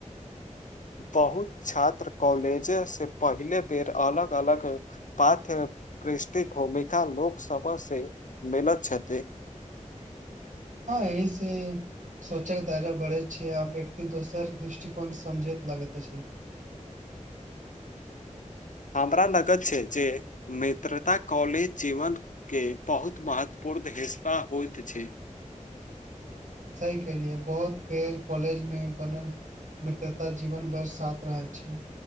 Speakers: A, on the left (about 75°); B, on the right (about 75°).
A: <inaudible> बहुत छात्र कॉलेज से पहिले बेर अलग अलग पाथ क्रस्टि भूमिका लोकसभा से मिलत छथि
B: हँ एहि से सोंचैत आगां बढ़ैत छिय आ व्यक्ति दोसर दृष्टिकोण समझैत लागैत अछि
A: <inaudible> हमरा लगैत छै जे मित्रता कॉलेज जीवन के बहुत महत्वपूर्ण पूर्द हिस्सा होइत छै
B: सही कहलियै बहुत बेर कॉलेज मे बनल मित्रता जीवन भर साथ रहैय छै